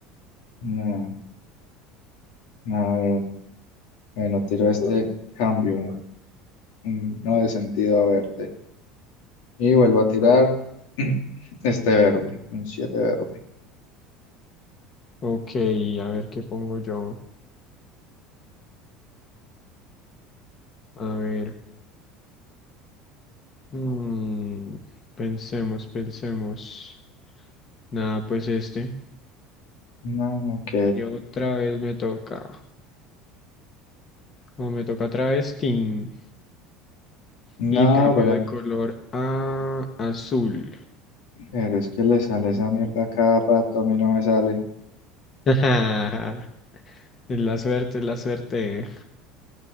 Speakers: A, on the left; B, on the left.
A: No. A ver, bueno, tiro este cambio. mm, No de sentido a verde. Y vuelvo a tirar <clears throat> este verde. Un 7 verde.
B: Ok, a ver qué pongo yo. A ver. Mm, pensemos, pensemos. Nada, pues este.
A: No, ok.
B: Y otra vez me toca. Como me toca travestín.
A: No,
B: Y cambio
A: pero
B: de color a azul.
A: Pero es que le sale esa mierda a cada rato, a mí no me sale.
B: <laughs> Es la suerte, es la suerte.